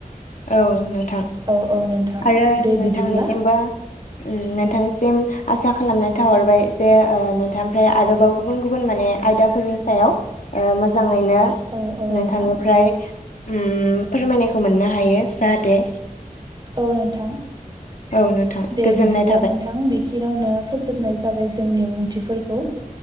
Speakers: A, on the left; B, on the right.
A: औ नोंथां
B: औ औ नोंथां
A: आरो
B: दे
A: नोंथांनिसिमबो
B: बिदिब्ला
A: उम नोंथांसिम आसा खालामनाय थाहरबाय जे ओ नोंथांनिफ्राय आरोबाव गुबुन गुबुन माने आयदाफोरनि सायाव ओ मोजाङैनो
B: औ औ नोंथां
A: नोंथांनिफ्राय उम फोरमायनायखौ मोननो हायो जाहाथे
B: औ नोंथां
A: औ नोंथां
B: दे
A: गोजोननाय
B: बिदिब्ला
A: थाबाय
B: नोंथां बे खिनियावनो फोजोबनाय जाबाय जोंनि बुंथिफोरखौ।